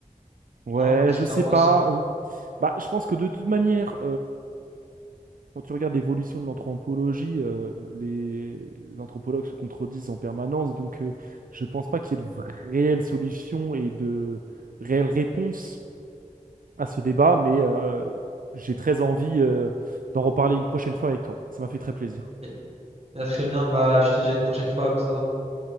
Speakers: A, on the right; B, on the right.
A: Ouais,
B: non, qu'est-ce
A: je
B: que t'en
A: sais
B: penses?
A: pas. euh, Bah, je pense que de toute manière, Quand tu regardes l'évolution de l'anthropologie, euh, les anthropologues se contredisent en permanence, donc euh, je pense pas qu'il y ait de vra- réelles solutions et de réelles réponses à ce débat, mais euh, j'ai très envie euh, d'en reparler une prochaine fois avec toi. Ça m'a fait très plaisir.
B: Ok. Ah, Très bien, bah, je te dis à une prochaine fois, Constantin.